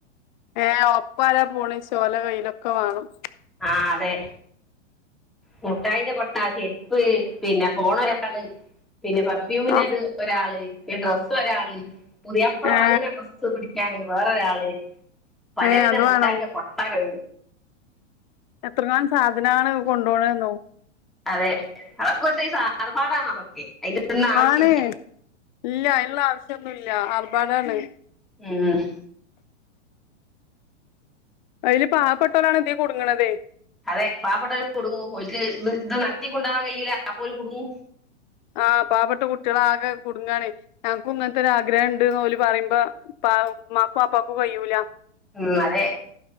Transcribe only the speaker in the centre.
ആഹ അതെ മുട്ടായിന്റെ കൊട്ട ചെരുപ്പ് പിന്നെ പോോണ ഒരാള് പിന്നെ പെർഫ്യൂമിന്റെ
അത് ഒരാള് പിെ ഡ്രസ്സസ് ഒരാള് പുതിപ്പള
വാങ്ങന ഡ്രസ്സ് പിടിക്കാന വേറെ ഒരാള് പലവിധ
മുട്ടായിന്റെ
കൊട്ടകൾ
അതെ അവതൊക്കെടുത്ത സാർഭാടാണ അതൊക്കെ അതിന്റെൊന്നും ആവശ്യമില്ല
ഉം
അതെ പാവപ്പെട്ടവരും കൊടുങ്ങു ഒക്ക് ഇ ഇത് നടത്തിക്കൊണ്ടാവാൻ കഴയിൂല അപ്പോലും കുടുങ്ങൂ
ഉം അതെ